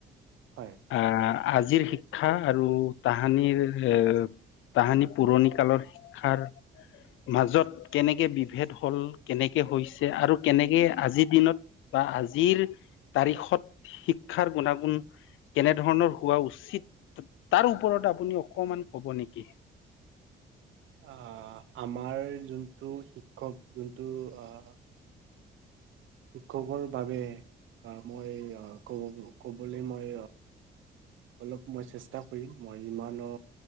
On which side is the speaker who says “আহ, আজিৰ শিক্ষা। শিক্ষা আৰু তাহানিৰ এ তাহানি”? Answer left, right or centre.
Left